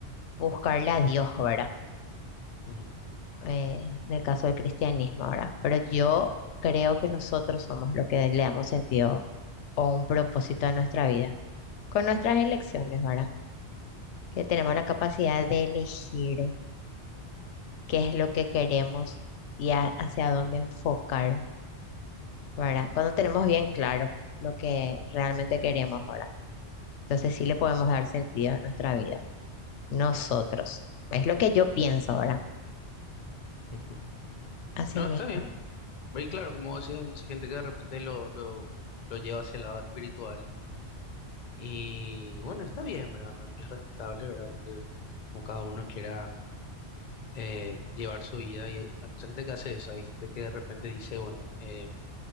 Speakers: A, on the left; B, on the left.
A: buscarle a Dios, ¿verdad?
B: Ujú, ujú,
A: Eh, en el caso del cristianismo, ¿verdad? Pero yo creo que nosotros somos lo que le damos sentido o un propósito a nuestra vida, con nuestras elecciones, ¿verdad? Que tenemos la capacidad de elegir qué es lo que queremos y a- hacia dónde enfocar, ¿verdad? Cuando tenemos bien claro lo que realmente queremos, ¿verdad? Entonces sí le podemos dar sentido a nuestra vida, nosotros. Es lo que yo pienso, ¿verdad?
B: ujú.
A: Así
B: No,
A: mismo,
B: está bien. Y claro, como vos decís, hay mucha gente que de repente lo, lo, lo lleva hacia el lado espiritual. Y bueno, está bien, ¿verdad? Para mí es respetable, ¿verdad? Lo que, como cada uno quiera eh, llevar su vida. Y hay, hay mucha gente que hace eso. Hay gente que de repente dice, bueno, eh,